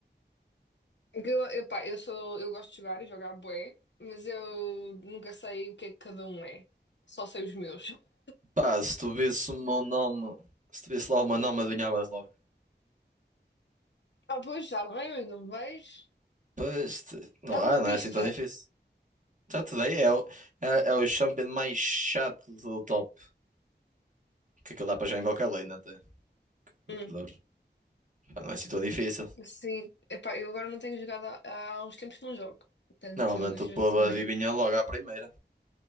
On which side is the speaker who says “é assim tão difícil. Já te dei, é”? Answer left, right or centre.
Right